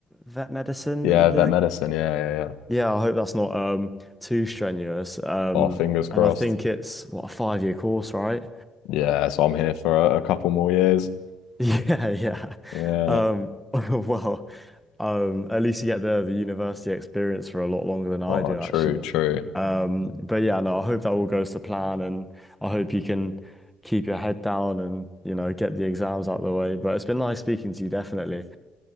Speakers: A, in the centre; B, on the left.
A: vet medicine
B: Yeah,
A: that you're doing?
B: vet medicine. Yeah, yeah, yeah.
A: Yeah, I hope that's not um, too strenuous. Um,
B: Oh, fingers
A: and
B: crossed.
A: I think it's what a five year course, right?
B: Yeah, so I'm here for a, a couple more years.
A: <laughs> Yeah, yeah.
B: Yeah.
A: Um, <laughs> well, um, at least you get the the university experience for a lot longer than I
B: Oh,
A: do, actually.
B: true, true.
A: Um, but yeah, no, I hope that all goes to plan, and I hope you can keep your head down and you know get the exams out of the way. But it's been nice speaking to you, definitely.